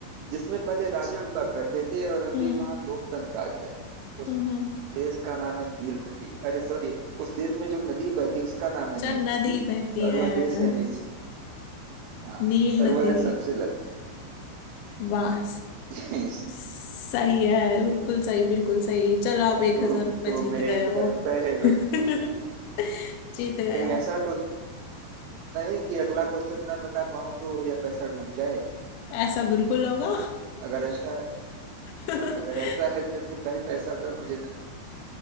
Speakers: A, on the right (about 80°); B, on the left (about 80°).
A: जिसमें पहले राजा हुआ करते थे और अभी
B: हम्म
A: वहाँ लोकतंत्र आ गया है उस
B: हम्म हम्म।
A: देश का नाम है नील नदी अरे सॉरी उस देश में जो नदी बहती है उसका नाम है
B: चल
A: नील
B: नदी
A: नदी
B: बहती
A: और
B: है
A: वह देश है मिस्र हाँ
B: नील
A: और
B: नदी
A: वह है सबसे लंबी
B: वाह स-
A: <laughs>
B: सही है बिल्कुल सही बिल्कुल सही चलो आप एक
A: तो
B: हजार रुपये
A: तो
B: जीत
A: मेरे
B: गए
A: एक
B: हो
A: हजार रुपए है
B: <laughs> जीत
A: वे-
B: गए
A: कहीं
B: आप
A: ऐसा तो नहीं कि अगला क्वेश्चन ना बता पाऊं तो या पैसा डूब जाए
B: ऐसा बिल्कुल होगा
A: अगर ऐसा
B: <laughs>
A: अगर ऐसा है तो फिर भाई पैसा तो मुझे तो नहीं